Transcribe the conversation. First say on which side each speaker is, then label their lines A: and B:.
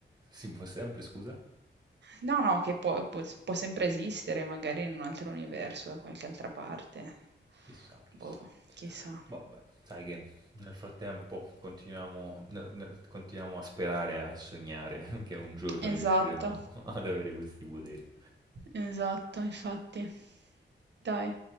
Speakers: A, on the right (about 20°); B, on the right (about 60°).
A: Si può sempre, scusa?
B: No, no, che può, può- può sempre esistere, magari in un altro universo, da qualche altra parte.
A: Chissà, chissà.
B: Boh, chissà.
A: Vabbè, sai che nel frattempo continuiamo, ne- ne- continuiamo a sperare, e a sognare <laughs> che un giorno
B: Esatto,
A: riusciremo ad avere questi poteri.
B: esatto, infatti. Dai.